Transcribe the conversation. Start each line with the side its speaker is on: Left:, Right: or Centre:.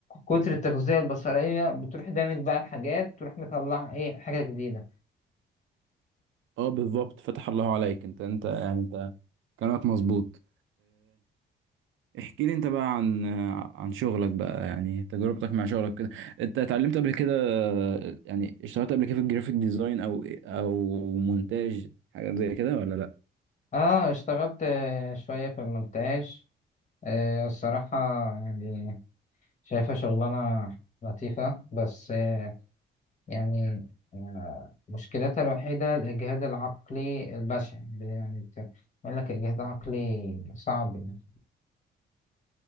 Left: كتر التغذية البصرية بتروح دامج بقى الحاجات تروح مطلع ايه حاجة جديدة
Right: اه بالظبط فتح الله عليك انت انت يعني انت كلامك مظبوط احكي لي انت بقى عن عن شغلك بقى يعني تجربتك مع شغلك كده انت اتعلمت قبل كده يعني اشتغلت قبل كده في الجرافيك ديزاين او او مونتاج حاجة زي كده ولا لا
Left: اه اشتغلت آه، شوية في المونتاج آه، الصراحة يعني شايفها شغلانة لطيفة بس آه، يعني آه، مشكلتها الوحيدة الإجهاد العقلي البشع يعني بت- بيقول لك إجهاد عقلي صعب يعني.